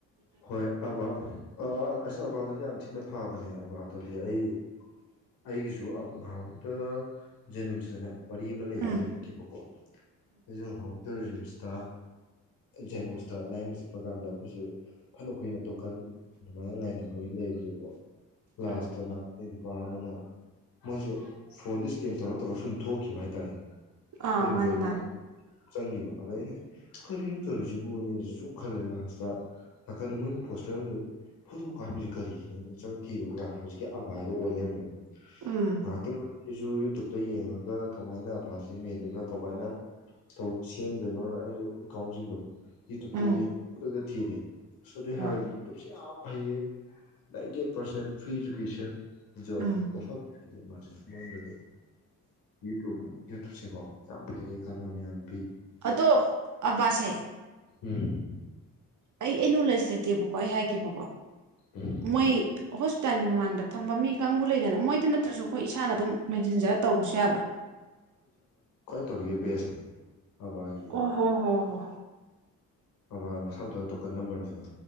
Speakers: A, on the left; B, on the right.
A: ꯍꯣꯏ ꯑꯕ ꯑꯥ <unintelligible> ꯌꯥꯝ ꯊꯤꯅ ꯐꯕꯅꯦ ꯑꯕꯠ ꯗꯗꯤ ꯑꯩ ꯑꯩꯒꯤꯁꯨ ꯅꯍꯟꯉꯣꯛꯇ ꯖꯦꯅꯤꯝꯁꯇꯅꯦ ꯋꯥꯔꯤ ꯑꯃ ꯂꯩꯌꯦ
B: ꯎꯝ
A: ꯂꯩꯔꯛꯀꯦꯕꯀꯣ ꯑꯗꯨ ꯍꯥꯎ ꯇ ꯁꯇ ꯖꯦꯅꯤꯝꯁꯇ ꯂꯥꯏꯌꯦꯡꯕ ꯆꯠꯄ ꯀꯥꯟꯗ ꯑꯩꯈꯣꯏꯁꯦ ꯐꯅ ꯀꯨꯏꯅ ꯇꯣꯀꯟ ꯑꯗꯨꯃꯥꯏꯅ ꯉꯥꯏꯅꯕꯒꯤ ꯂꯩꯈ꯭ꯔꯦꯀꯣ ꯂꯥꯁꯇꯣ
B: ꯎꯝ
A: ꯑ ꯅꯨꯄꯥ ꯑꯃꯅ ꯃꯣꯏꯁꯦ ꯐꯣꯟꯗ ꯏꯁꯀꯦꯟ ꯇꯧꯔ ꯇꯧꯔ ꯁꯨꯝ ꯊꯣꯛꯈꯤꯕ ꯍꯥꯏꯇꯥꯔꯦ ꯑꯩꯈꯣꯏꯒꯤ
B: ꯑꯥ ꯃꯥꯅꯦ
A: ꯃꯅꯤꯡ
B: ꯃꯥꯅꯦ
A: ꯆꯪꯈꯤꯕ ꯑꯗ ꯑꯩꯅ ꯀꯔꯤꯅꯣ ꯇꯧꯔꯤꯁꯤꯕꯨꯅꯦꯁꯨ ꯁꯨꯝ ꯈꯜꯂꯦ ꯂꯥꯁꯇ ꯅꯥꯀꯟꯗ ꯃꯣꯏꯅ ꯄꯣꯁꯇꯔ ꯑꯃꯗ ꯐꯣꯇꯣ ꯀꯥꯞꯄꯤꯁꯦ ꯀꯔꯤꯒꯤꯅꯣ ꯆꯪ ꯊꯤꯔꯨꯕ ꯀꯥꯟꯗ ꯍꯧꯖꯤꯛꯀꯤ ꯑꯕꯥꯏꯗꯣ ꯑꯣꯏ ꯂꯩꯔꯝꯃꯦꯕ
B: ꯎꯝ
A: ꯑ ꯑꯩꯁꯨ ꯌꯨꯇꯨꯕꯇ ꯌꯦꯡꯉꯒ ꯀꯃꯥꯏꯅ ꯑꯐꯥꯁꯤ ꯃꯦꯟꯗꯣꯏꯅꯣ ꯀꯃꯥꯏꯅ ꯁꯦꯝꯗꯣꯏꯅꯣꯅ ꯑꯩ ꯑꯦꯀꯥꯎꯟꯁꯤꯡꯗꯣ ꯇꯞꯗꯤ
B: ꯎꯝ
A: ꯌꯦ ꯊꯦ ꯁꯗ
B: ꯍꯣꯏ
A: ꯍꯥꯏꯔꯗꯤ ꯇꯁꯤꯝ ꯐꯩꯌꯦ ꯅꯥꯏꯟꯇꯤ ꯄꯔꯁꯦꯟ ꯐ꯭ꯔꯤ ꯏꯖꯨꯀꯦꯁꯟ ꯌ
B: ꯎꯝ
A: ꯄꯐꯛ ꯍꯥꯏ ꯃꯥꯁꯦ ꯃꯅꯨꯡꯗꯗꯤ ꯌꯨꯇ ꯌꯨꯇꯨꯞꯁꯦꯀꯣ ꯌꯥꯝ ꯐꯩꯌꯦ ꯀꯥꯟꯅꯕ ꯌꯥꯌꯥꯝ
B: ꯑꯗꯣ ꯑꯕꯥꯁꯦ
A: ꯎꯝ
B: ꯑꯩ ꯑꯩ ꯅꯣꯂꯦꯖ ꯂꯩꯇꯦꯕꯀꯣ ꯑꯩ ꯍꯥꯏꯈꯤꯕꯀꯣ
A: ꯎꯝ
B: ꯃꯣꯏ ꯍꯣꯁꯄꯤꯇꯥꯜꯒꯤ ꯃꯃꯥꯡꯗ ꯐꯝꯕ ꯃꯤ ꯀꯥꯡꯕꯨ ꯂꯩꯗꯅ ꯃꯣꯏꯗ ꯅꯠꯇ꯭ꯔꯁꯨ ꯑꯩꯈꯣꯏ ꯏꯁꯥꯅ ꯑꯗꯨꯝ ꯃꯦꯟꯁꯤꯟꯖꯔ ꯇꯧꯕꯁꯨ ꯌꯥꯕ꯭ꯔꯥ
A: ꯇꯧꯔꯤꯒ ꯕꯦꯁꯅꯤ ꯑꯕꯥꯒꯤꯗꯤ
B: ꯑꯣ ꯍꯣ ꯍ ꯍꯣ
A: ꯕ ꯃꯁꯥ ꯃꯊꯗ ꯇꯣꯀꯟ ꯅꯝꯕꯔꯅꯦꯕ